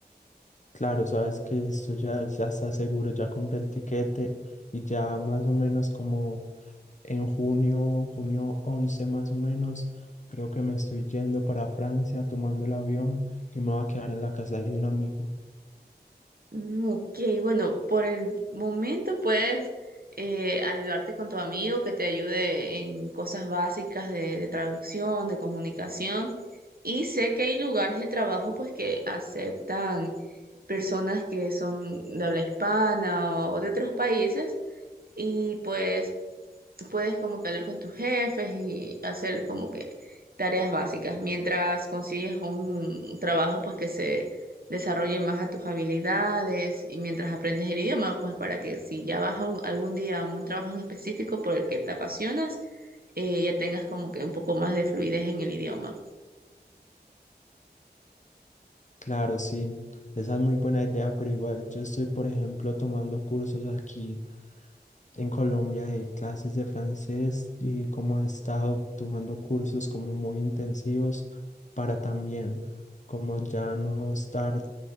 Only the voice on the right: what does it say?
Mm, ok, bueno, por el momento puedes eh, ayudarte con tu amigo que te ayude en cosas básicas de, de traducción, de comunicación. Y sé que hay lugares de trabajo pues que aceptan personas que son de habla hispana o, o de otros países y pues puedes como que hablar con tus jefes y hacer como que tareas básicas mientras consigues un trabajo pues que se desarrolle más a tus habilidades y mientras aprendes el idioma pues para que si ya vas a un- algún día a un trabajo en específico por el que te apasionas eh, ya tengas como que un poco más de fluidez en el idioma.